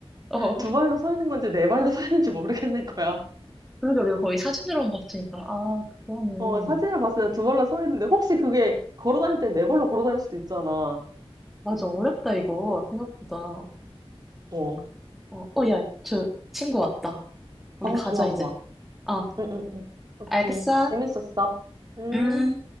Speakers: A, in the centre; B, on the right.
A: 어,
B: 두 발로 서 있는 건지 네 발로 서 있는지 모르겠는 거야.
A: 그래도 우리가 거의 사진으로만 봤으니까. 아, 그러네.
B: 어, 사진을 봤을 때 두 발로 서 있는데 혹시 그게 걸어 다닐 때 네 발로 걸어 다닐 수도 있잖아.
A: 맞아, 어렵다, 이거. 생각보다. 어,
B: 어.
A: 어, 야, 저 친구 왔다. 우리
B: 아,
A: 가자,
B: 좋아,
A: 이제.
B: 좋아.
A: 어,
B: 응, 응, 응. 오케이.
A: 알겠어.
B: 재밌었어. 음.
A: 음.